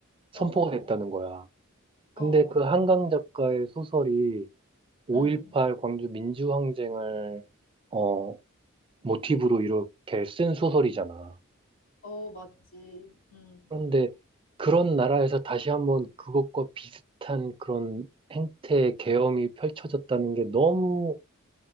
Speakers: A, on the right; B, on the left.
A: 선포가
B: 어, 어.
A: 됐다는 거야. 근데
B: 어,
A: 그 한강 작가의 소설이 5.18
B: 응.
A: 광주 민주항쟁을 어, 모티브로 이렇게 쓴 소설이잖아.
B: 어, 맞지. 응,
A: 그런데 그런 나라에서 다시 한번 그것과 비슷한 그런 행태의 계엄이 펼쳐졌다는 게 너무